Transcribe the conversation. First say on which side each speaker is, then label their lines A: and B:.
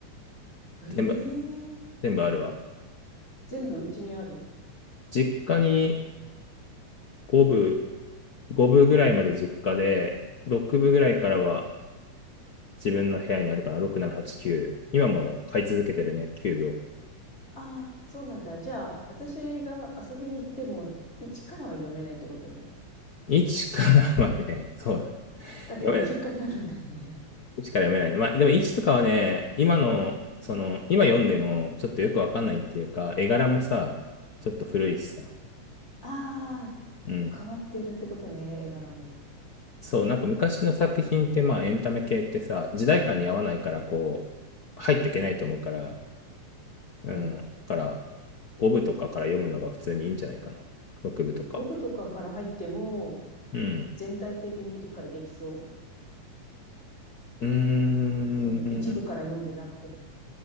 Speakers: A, on the left; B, on the left.
A: ええ
B: 全部、全部あるわ。
A: 全部うちにある。
B: 実家に5部、5部ぐらいまで実家で、6部ぐらいからは自分の部屋にあるかな、6、7、8、9。今も買い続けてるね、9部を。
A: ああ、そうなんだ。じゃあ、私が遊びに行っても、一からは読めないってことね。
B: 1からはね、<laughs> そうだね。
A: だってご実家にあるんだよね。
B: 読めない。1から読めないね。まあ、でも1とかはね、今の、その、今読んでもちょっとよくわかんないっていうか、絵柄もさ、ちょっと古いしさ。
A: ああ、
B: うん。
A: 変わっているってことね、絵柄も。
B: そう、なんか昔の作品って、まあ、エンタメ系ってさ、時代感に合わないから、こう、入っていけないと思うから、うん。
A: うん。
B: だから、5部とかから読むのが普通にいいんじゃないかな。6部とか。
A: 五部とかから入っても、
B: うん。
A: 全体的に理解できそう。
B: うーん。
A: その一部から読んでなくても。